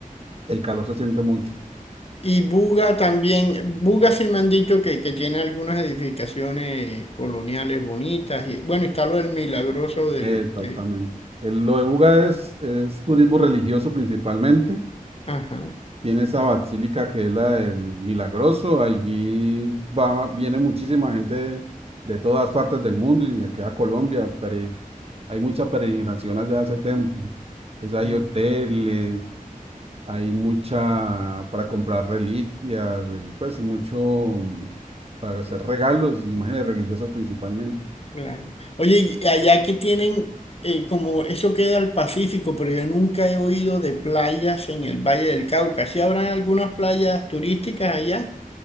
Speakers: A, on the right; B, on the left.
A: el calor se siente mucho.
B: Y Buga también, Buga sí me han dicho que, que tiene algunas edificaciones coloniales bonitas. Y, bueno, está lo del milagroso del...
A: Exactamente.
B: de-
A: El- lo de Buga es, es turismo religioso principalmente,
B: ajá,
A: Tiene esa basílica que es la del Milagroso. Allí va, viene muchísima gente de de todas partes del mundo y de aquí a Colombia. pere- hay mucha peregrinación allá a ese templo. Pues hay
B: mm,
A: hoteles, hay mucha para comprar reliquias, eh, pues mucho mm, para hacer regalos, imágenes religiosas principalmente.
B: claro. Oye, y allá que tienen, eh, como eso queda al Pacífico, pero yo nunca he oído de playas en el Valle del Cauca. ¿Sí habrán algunas playas turísticas allá